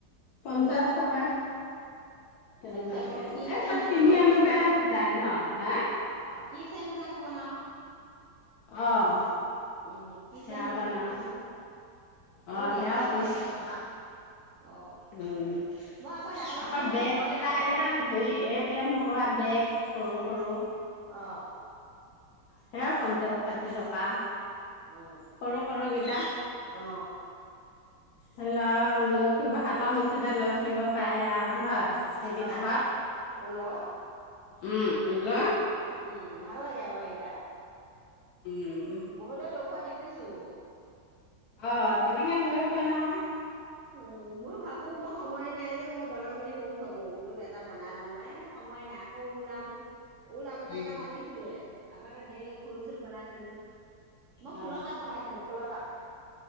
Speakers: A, on the left; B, on the right.
A: পঞ্চাশ
B: অ
A: টকা। তেনেকুৱাকে।
B: তাৰপিছত আকৌ কি চেন বনাও
A: কিনি আনো তে যায় ন? হা
B: কি চেন বিলাকো বনাও অ
A: অ'
B: উম কি
A: সেয়াও
B: চেন বিলাক
A: বনাও।
B: দেখিছো ভাল
A: অ'
B: লাগিছে
A: সেয়াও পঞ্চাশ
B: সেয়া
A: টকা
B: অ
A: উম।
B: মই সেয়া বনাবলৈ
A: আকৌ
B: মোৰ
A: বেগকেইটা
B: সময়ে নহয়
A: এইয়া হেৰি এই <unintelligible> ঘৰুৱা বেগ সৰু-সৰু
B: অ'।
A: সেয়া পঞ্চাশ ষাঠি টকা।
B: অ
A: সৰু -সৰুকেইটা
B: অ
A: ধৰি লও লৈ ফুৰিব হাত মুঠিতে লৈ ফুৰিব পাৰে হয় সেইকেইটাহত।
B: অ ঊলৰ
A: উম উল।
B: উম ভাল লাগে আকৌ সেইকেইটা।
A: উম
B: বহুতে লৈ ফুৰা দেখোঁ। দেখিছোঁ।
A: অঁ' তেনেকে লৈ। হয় নহয়।
B: অ' মই ভাবো মই সময়ে নাই যে মই বনাম বুলি মইও ভাবো বোলো এটা বনাই ল'ম ৰে সময়ে নাই আকৌ ওলান। ঊল আগতে
A: উম
B: এগাল আনিছিলোয়ে আগতে ঢেৰ ফুল চুল বনাইছিলো মই
A: অ
B: ফুলৰ তাপ বনাইছিলো ফুলৰ তাপ। <inaudible>